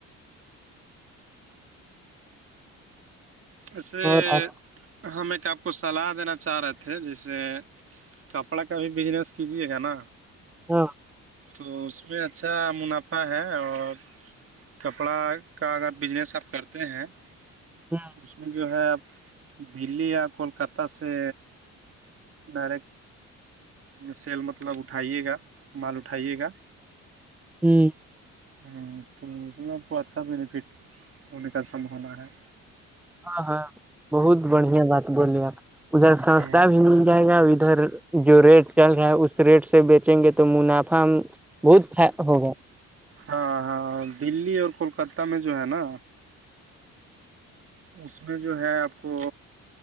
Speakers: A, on the right (about 50°); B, in the centre.
A: ایسے
B: اور آپ
A: ہم ایک آپ کو صلاح دینا چاہ رہے تھے جیسے کپڑا کا بھی بزنس کیجیے گا نا
B: ہاں
A: تو اس میں اچھا منافع ہے اور کپڑا کا اگر بزنس آپ کرتے ہیں
B: ہاں
A: تو اس میں جو ہے دلی یا کوکتہ سے ڈائریکٹ سیل مطلب اٹھائیے گا مال اٹھائیے گا
B: ہمم
A: ہاں تو اس میں آپکو اچھا بینیفٹ ہونے کا سم ہونا ہے
B: ہاں ہاں بہت بڑھیا بات بولی اپنے ادھر سستہ
A: ہ
B: بھی مل جائے گا ادھر جو ریٹ چل رہا ہے اس ریٹ سے بیچیں گے تو منافع بہت ہوگا
A: ہاں ہاں دلی اور کولکتہ میں جو ہے نا اس میں جو ہے آپ کو